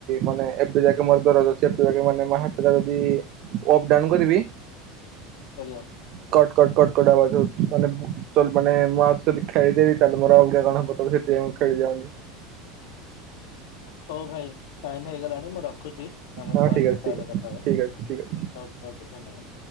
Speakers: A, on the right; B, on the left.
A: ମାନେ ଏବେ ଯାକେ ମୋର ଦରଜ ଅଛି ଏବେ ଯାକେ ମାନେ ହାତଟା ଯଦି ଅପ୍ ଡାଉନ୍ କରିବି
B: ରହିଯାଅ।
A: କଟ୍ କଟ୍ କଟ୍ କଟ୍ ଆବାଜ ହଉଛି ମାନେ ବୁ ଚଲ ମାନେ ମୁଁ ଆଉ ଥରେ ଯଦି ଖେଳିଦେବି ତାହେଲେ ମୋର ଅଲଗା କଣ ହବ ତ ସେଥିପାଇଁ ମୁଁ ଖେଳିଯାଉନି।
B: ହଉ ଭାଇ ଟାଇମ୍ ହେଇଗଲାଣି ମୁଁ ରଖୁଚି ଆମେ
A: ହଁ
B: ପରେ
A: ଠିକ
B: କେତେଅଳେ
A: ଅଛି ଠିକ ଅଛି
B: କଥା ହବା।
A: ଠିକ ଅଛି ଠିକ ଅଛି।
B: ଓକେ ଓକେ ଧନ୍ୟବାଦ୍।